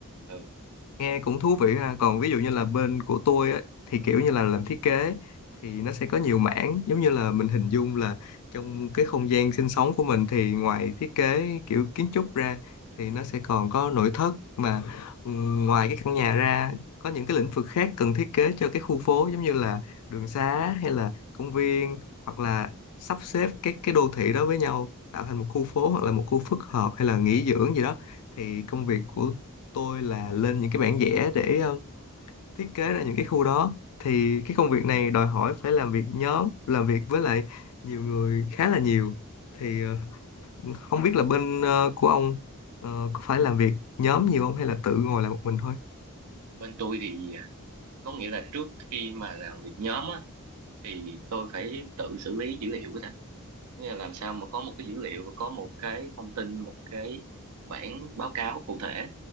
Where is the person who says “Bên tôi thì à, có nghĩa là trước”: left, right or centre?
Right